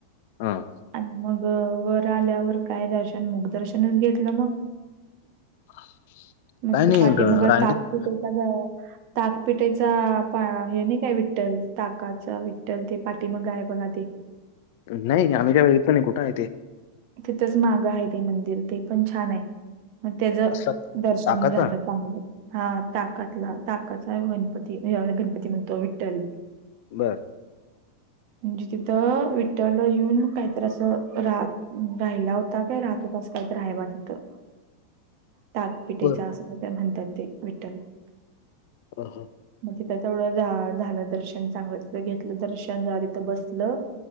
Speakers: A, on the left (about 50°); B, on the right (about 45°).
A: हा.
B: मग वर आल्यावर काय दर्शन मुखदर्शनच घेतलं मग.
A: <inaudible>
B: मग
A: काय नाही
B: पाठीमागं
A: र- रांगेत
B: ताकपिटेचा ताकपिटेचा हे नाही काय विठ्ठल ताकाच विठ्ठल ते पाठी माग हाय बगा ते.
A: नाही आम्ही काय बागितल नाही कुठं आहे ते?
B: तिथंच मागं आहे ते मंदिर. ते पण छान आहे मग त्याच
A: कसला
B: दर्शन
A: ताकाचा
B: झालं चांगलं. हा ताकातला ताकाचा गणपती. हे गणपती म्हणतो विठ्ठल.
A: बरं,
B: म्हणजे तिथं विठ्ठल येऊन काहीतरी असं राह राहिला होता काय राहत होता आस काहीतर हाय बा तिथं.
A: <inaudible>
B: ताकपिटेचा
A: बर
B: असं काय तर म्हणतात ते विठ्ठल.
A: ह हा.
B: मग तिथं तेवढं झालं दर्शन चांगलं तिथं घेतलं दर्शन जरा तिथं बसलं